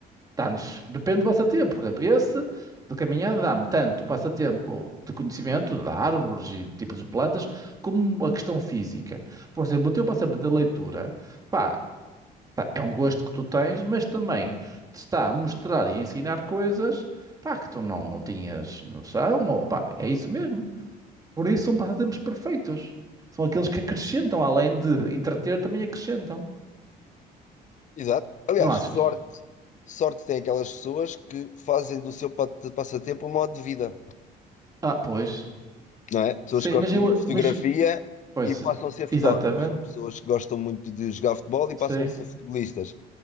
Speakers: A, on the right (about 20°); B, on the left (about 45°).
A: dá-nos, depende do passatempo, por exemplo, esse de caminhada dá-me tanto passatempo de conhecimento de árvores e de tipos de plantas, como a questão física. Por exemplo, o teu passatempo da leitura, pá, tá, é um gosto que tu tens, mas também te está a mostrar e a ensinar coisas, pá, que tu não, não tinhas noção, ou, pá, é isso mesmo. Por isso são passatempos perfeitos. São aqueles que acrescentam, além de entreter, também acrescentam.
B: Exato. Aliás,
A: Não achas?
B: sorte, sorte tem aquelas pessoas que fazem do seu pa- passatempo um modo de vida.
A: Ah, pois.
B: não é? Pessoas
A: Sim,
B: que gostam
A: mas eu,
B: muito de fotografia
A: mas Pois,
B: e passam
A: é,
B: a ser fotógrafos,
A: exatamente.
B: ou pessoas que gostam muito de jogar futebol e passam
A: Sim,
B: a ser futebolistas,